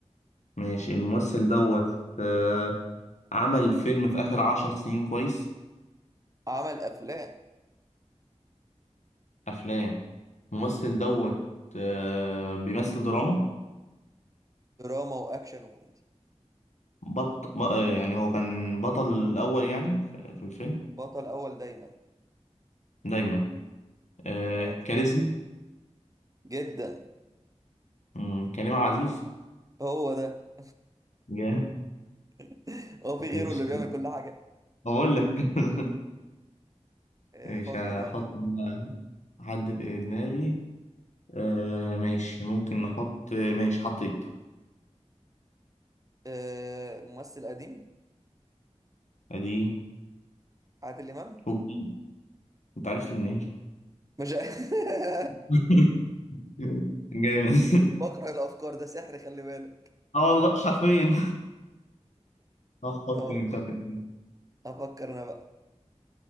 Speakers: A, on the left (about 80°); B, on the right (about 30°).
A: ماشي الممثل دوت آه، عمل فيلم في آخر عشر سنين كويس
B: عمل افلام
A: أفلام الممثل دوت آه، بيمثل دراما
B: دراما واكشن وكوميدي
A: بط... ب... آه، يعني هو كان بطل الأول يعني في في الفيلم
B: بطل اول دايما
A: دايما آه،
B: اه
A: كاريزما
B: جدا
A: مم، كريم عبد العزيز
B: هو ده
A: جامد
B: <laughs> هو في غيره
A: ماشي
B: اللي بيعمل كل حاجة
A: بقول لك <laughs>
B: إيه
A: ماشي
B: فكر
A: هحط
B: يلا
A: عدت دماغي آه ماشي ممكن نحط ماشي حطيت
B: إيه ممثل قديم
A: ادي
B: عادل امام
A: وجديد انت عرفت منين
B: مش <laughs>
A: <laughs> جامد
B: بقرا الافكار ده سحر خلي بالك
A: اه والله حرفيا اه حط
B: <laughs> طب
A: انت في دماغي.
B: افكر انا بقى